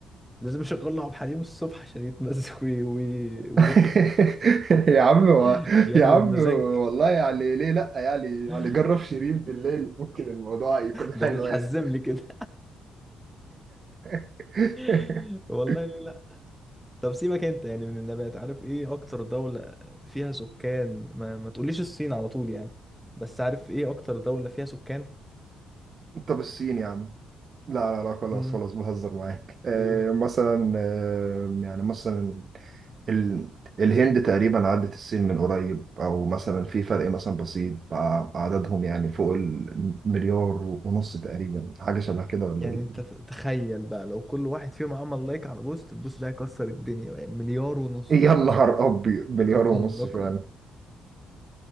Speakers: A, in the centre; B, on the right (about 45°).
A: لازم اشغل له عبد الحليم الصبح عشان يتمزج <laughs> وي... وي... وينمو
B: <laughs> يا عم و...
A: <laughs> ينمو
B: يا عم
A: بمزاج
B: والله يعني ليه لا يعني
A: <laughs>
B: يعني جرب شيرين بالليل ممكن الموضوع يكون
A: ده
B: حلو
A: تتحزم
B: يعني
A: لي كده
B: <laughs>
A: <laughs> والله ليه لا طب سيبك انت يعني من النبات عارف ايه اكتر دولة فيها سكان ما, ما تقوليش الصين على طول يعني بس عارف ايه اكتر دولة فيها سكان
B: طب الصين يا عم لا لا لا خلاص
A: امم
B: خلاص بهزر معاك آه
A: و...
B: مثلا آه يعني مثلا ال... الهند تقريبا عدت الصين من قريب او مثلا في فرق مثلا بسيط ع- عددهم يعني فوق المليار ونص تقريبا حاجة شبه كده ولا
A: يعني
B: إيه؟
A: انت ت- تخيل بقى لو كل واحد فيهم عمل لايك على بوست البوست ده هيكسر الدنيا بقى يعني مليار ونص
B: يا نهار ابيض مليار
A: رقم
B: ونص
A: رقم
B: فعلا